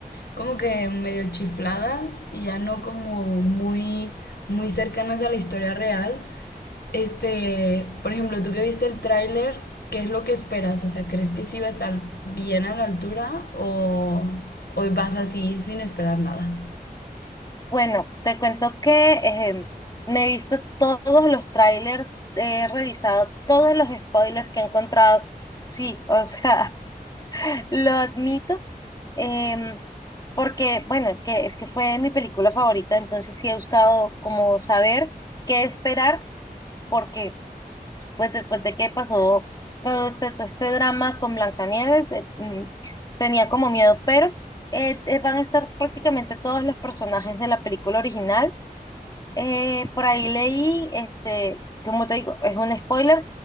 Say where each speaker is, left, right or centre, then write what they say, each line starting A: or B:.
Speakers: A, on the left; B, on the left.
A: como que medio chifladas y ya no como muy, muy cercanas a la historia real. Este, por ejemplo, tú que viste el tráiler, ¿qué es lo que esperas? O sea, ¿crees que sí va a estar bien a la altura o, o vas así sin esperar nada?
B: Bueno, te cuento que eh, me he visto todos los trailers, he revisado todos los spoilers que he encontrado. Sí, o sea, Lo admito, em, porque, bueno, es que, es que fue mi película favorita, entonces sí he buscado como saber qué esperar, porque pues después de que pasó todo este, todo este drama con Blancanieves, eh, mm, tenía como miedo, pero eh, eh, van a estar prácticamente todos los personajes de la película original. Eh, por ahí leí, este, como te digo, es un spoiler,